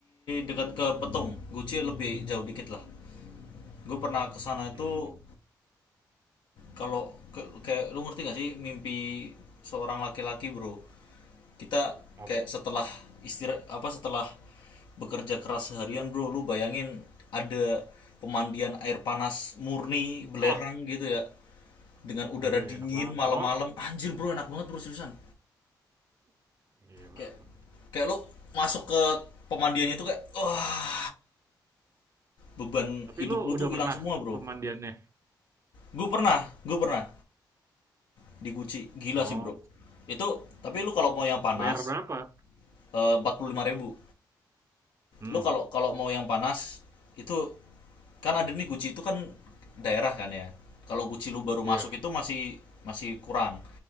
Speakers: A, on the left; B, on the right.
A: dekat ke Petung Guci lebih jauh dikit lah gue pernah kesana itu
B: Hmm.
A: kalau kayak lu ngerti gak sih mimpi seorang laki-laki bro kita kayak
B: Apa?
A: setelah istirahat apa setelah bekerja keras seharian bro lu bayangin ada pemandian air panas murni belerang
B: Wah,
A: gitu ya dengan udara
B: iya
A: dingin
B: enak banget,
A: malam-malam
B: Bro.
A: anjir bro enak banget bro seriusan
B: Gila
A: kayak
B: tuh.
A: kayak lu masuk ke pemandiannya tuh kayak wah beban
B: Tapi
A: hidup
B: lu
A: lu
B: udah
A: tuh hilang
B: pernah
A: semua
B: ke
A: bro
B: pemandiannya?
A: gue pernah gue pernah di Gucci gila
B: Oh,
A: sih bro itu tapi lu kalau mau yang panas
B: bayar berapa?
A: Eh, empat puluh lima ribu
B: Hmm.
A: lu kalau kalau mau yang panas itu kan ada nih guci itu kan daerah kan ya kalau guci lu baru
B: Iya.
A: masuk itu masih masih kurang